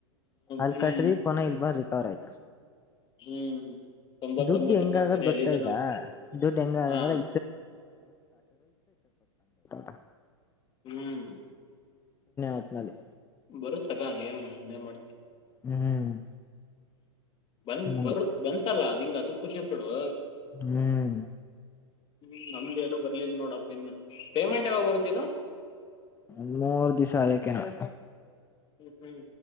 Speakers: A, on the left; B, on the left.
A: ಅಲ್
B: ಹ್ಮ್
A: <unintelligible> ಪುನಃ ಇಲ್ ಬಂದ್ ರಿಕವರ್ ಆಯ್ತು
B: ಹ್ಮ್ ತೊಂಬತ್ತೊಂಬತ್
A: ದುಡ್ಡು ಹೆಂಗಗದ್
B: ರೂಪಾಯಿ ಬೇರೆ
A: ಗೊತ್ತಾ
B: ಎಲ್ಲಿಂದ
A: ಈಗ
B: ನಾವ್
A: ದುಡ್ಡು ಹೆಂಗಂದ್ರೆ
B: ಹಾ
A: <unintelligible> <unintelligible>
B: ಹ್ಮ್
A: ಒಟ್ನಲ್ಲಿ
B: ಬರುತ್ತಗ ಏನ್ ಮಾಡ್ತಿ
A: ಹ್ಮ್
B: ಬಂತ್ ಬರುತ್
A: ಅದೇ
B: ಬಂತಲ್ಲಾ ನಿಂಗ್ ಅದಕ್ ಖುಷಿಪಡೊ
A: ಹ್ಮ್
B: ಹ್ಮ್ ನಮ್ದ ಏನು ಬರ್ಲಿಲ್ಲ ನೋಡಪ್ಪ ಇನ್ನು ಪೇಮೆಂಟ್ ಯಾವಾಗ್ ಬರುತ್ತಿದು
A: <unintelligible> ಮೂರು ದಿವಸ <unintelligible>
B: ಹ್ಮ್ ಹ್ಮ್